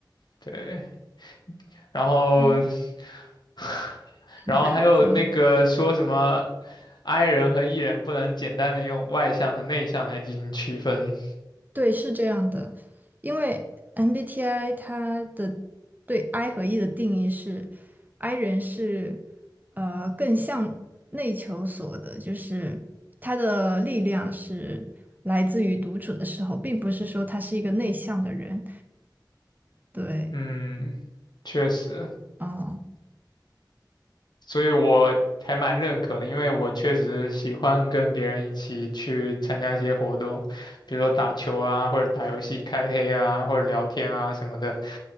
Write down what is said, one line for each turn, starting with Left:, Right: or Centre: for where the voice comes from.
Left: 对。然后，
Right: 嗯。
Left: <laughs> 然后还有那个说什么
Right: <laughs>
Left: I 人和 E 人不能简单的用外向和内向来进行区分。
Right: 对，是这样的，因为 MBTI 它的对 I 和 E 的定义是，I 人是呃更向内求索的，就是他的力量是来自于独处的时候，并不是说他是一个内向的人。对，
Left: 嗯，确实，
Right: 啊、
Left: 所以我还蛮认可的，因为我确实喜欢跟别人一起去参加一些活动，比如说打球啊，或者打游戏开黑啊，或者聊天啊什么的。